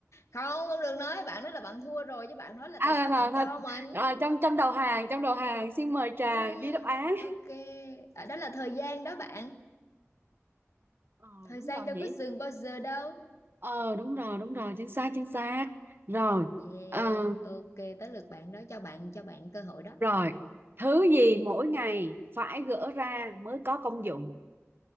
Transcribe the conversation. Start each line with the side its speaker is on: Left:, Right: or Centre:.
Left: không không được nói bạn nói là bạn thua rồi chứ bạn nói là
Right: à,
Left: tại sao
Right: thôi,
Left: bạn
Right: thôi.
Left: cho mình
Right: À, trong trong đầu hàng trong đầu hàng xin mời trà
Left: Ừm,
Right: ghi đáp án
Left: ok à, đó là thời gian đó bạn
Right: ờ
Left: thời
Right: đúng
Left: gian
Right: rồi
Left: đâu
Right: nhỉ
Left: có dừng bao giờ đâu
Right: ờ đúng rồi đúng rồi chính xác chính xác rồi
Left: yeah
Right: Ờ,
Left: ok tới lượt bạn đó cho bạn cho bạn cơ hội đó
Right: Rồi, thứ gì mỗi ngày phải gỡ ra mới có công dụng?